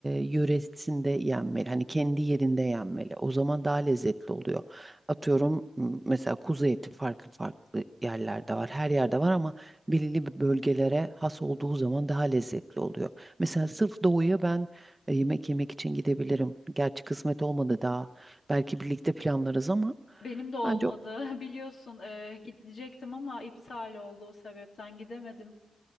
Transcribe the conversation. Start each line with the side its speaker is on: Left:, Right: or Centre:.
Right: yöresinde yenmeli. Hani kendi yerinde yenmeli. O zaman daha lezzetli oluyor. Atıyorum m, mesela kuzu eti farklı farklı yerlerde var. Her yerde var ama belirli bir bölgelere has olduğu zaman daha lezzetli oluyor. Mesela sırf doğuya ben e, yemek yemek için gidebilirim. Gerçi kısmet olmadı daha. Belki birlikte planlarız ama
Left: Benim de olmadı.
Right: bence
Left: <laughs> Biliyorsun e, gidecektim ama iptal oldu o sebepten gidemedim.